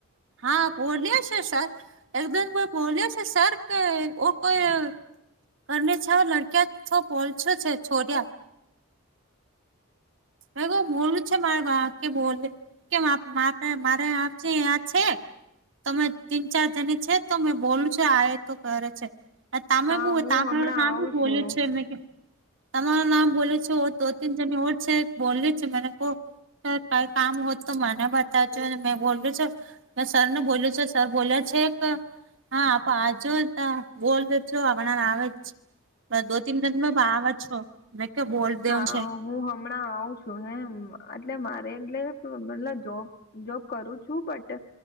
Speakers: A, on the right; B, on the left.
A: હા બોલીયો છે સર એમનેમ પણ બોલ્યો છે સર કે ઉનકો યે ઘર ની છ લડક્યા છ પોલછો છે છોડ્યા. મેં કુ બોલું છે મારા બા કે બોલે કે માં માં તે મારે આપ ચે આ છે. તમે તીન ચાર જની છે તો મેં બોલું છો આ એ તો કરે છે. તમે
B: હા
A: બૂ
B: હું
A: તમારું
B: હમણાં
A: નામ
B: આવું
A: બ બોલયું
B: છું
A: છે મેં તમારું નામ બોલુ છું દો તીન જણી ઓર છે. બોલયુ છું મને કો સર કઈ કામ હોય તો મને બતાવજો અને મેં બોલું છું મે સરને બોલું છું સર બોલ્યા છેક હા પાજો અતા બોલ દે છું અમણાંન આવે છે. બ દો તીન દિન મે બાર અજ છું મેં ક્યા બોલ દેવું
B: હા
A: છે
B: હું હમણાં આવું છું હ એટલે મારે એટલે પેલા જોબ જોબ કરું છું બટ